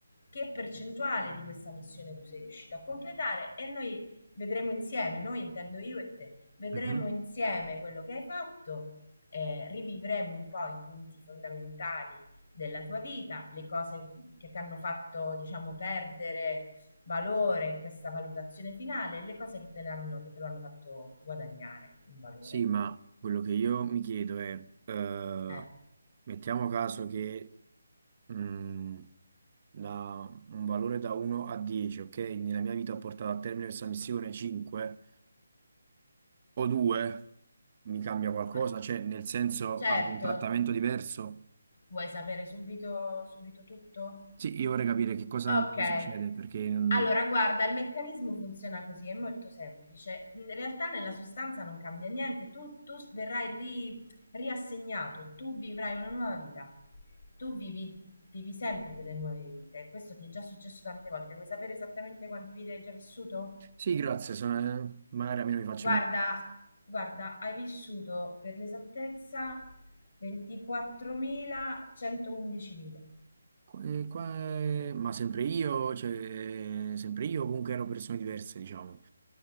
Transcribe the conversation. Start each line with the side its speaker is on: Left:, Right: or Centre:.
Left: che percentuale di questa missione tu sei riuscito a completare e noi vedremo insieme, noi intendo io e te, vedremo
Right: mhm.
Left: insieme quello che hai fatto, eh, rivivremo un po' i punti fondamentali della tua vita, le cose che ti hanno fatto, diciamo, perdere valore in questa valutazione finale e le cose che te, l'hanno, che te lo hanno fatto guadagnare un valore.
Right: Sì, ma quello che io mi chiedo è, eh,
Left: Eh,
Right: mettiamo caso che mh, da un valore da 1 a 10, ok? Nella mia vita ho portato a termine questa missione 5 o 2, mi cambia qualcosa?
Left: ma
Right: Cioè, nel senso,
Left: certo,
Right: avrò un trattamento diverso?
Left: vuoi sapere subito, subito tutto?
Right: Sì, io vorrei capire che cosa
Left: Okay.
Right: mi succede, perché... mh,
Left: Allora guarda, il meccanismo funziona così, è molto semplice. In realtà nella sostanza non cambia niente, tu tu s verrai ri riassegnato, tu vivrai una nuova vita. Tu vivi vivi sempre delle nuove vite. Questo ti è già successo tante volte. Vuoi sapere esattamente quante vite hai già vissuto?
Right: Sì, grazie, sono- magari a me non mi faccio
Left: Guarda
Right: niente.
Left: guarda, hai vissuto per l'esattezza 24.111 vite.
Right: Eh, qua è- Ma sempre io, cioè, sempre io comunque ero persone diverse, diciamo,